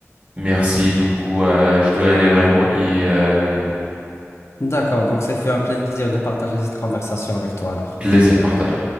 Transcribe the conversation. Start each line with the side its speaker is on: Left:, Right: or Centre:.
Right: merci. Du coup, euh, je dois aller vraiment et, euh,
Left: D'accord, donc c'est fait un plaisir de partager cette conversation avec toi alors.
Right: plaisir partagé.